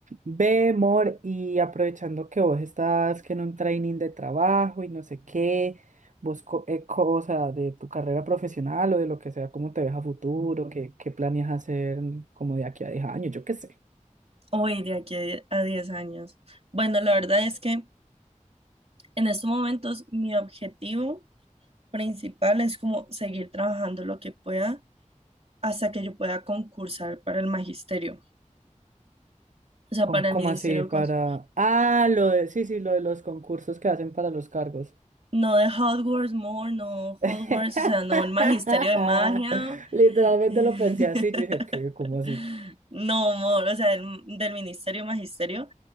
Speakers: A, on the right; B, on the right.
A: Ve, amor, y aprovechando que vos estás que en un training de trabajo y no sé qué, vos co eh, cosa de tu carrera profesional o de lo que sea, cómo te ves a futuro, qué, qué planeas hacer como de aquí a diez años, yo qué sé.
B: Hoy, de aquí a a 10 años. Bueno, la verdad es que en estos momentos mi objetivo principal es como seguir trabajando lo que pueda hasta que yo pueda concursar para el magisterio, o sea,
A: Con,
B: para
A: ¿cómo
B: el ministerio.
A: así para...?
B: cos-
A: Ah, lo de... Sí, sí, lo de los concursos que hacen para los cargos.
B: No de Hogwarts More, no
A: <laughs>
B: Hogwarts, o sea, no el magisterio de magia,
A: Literalmente
B: <laughs>
A: lo pensé así, yo dije, ¿qué? ¿Cómo así?
B: no More, o sea, el- del ministerio magisterio,